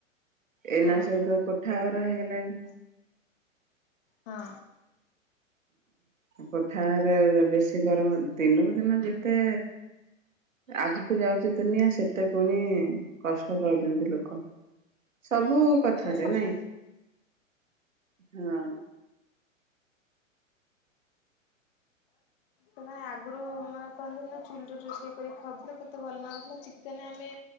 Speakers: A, on the left; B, on the right.
A: ହଁ
B: ଏନା ସବ ତ କୋଠା ହେଇଗଲାଣି
A: ହଁ
B: କୋଠାରେ ବେଶୀ ଗରମ ଦିନକୁ ଦିନ ଯେତେ ଆଗ ଯାଉଛି ଦୁନିଆ ସେ ଏତେ ପୁଣି କଷ୍ଟ ପାଉଛନ୍ତି ଲୋକ ସବୁ କଥାରେ
A: ବେଶୀ ହଉଛି
B: ନାଇଁ ହଁ
A: ସୋଇ ଆଗରୁ ମାନେ କହନ୍ତି ନା ଚୁଲିରେ ରୋଷେଇ କରି ଖାଉଥିଲେ କେତେ ଭଲ ଲାଗୁଥିଲା ଚିକେନ ଆମେ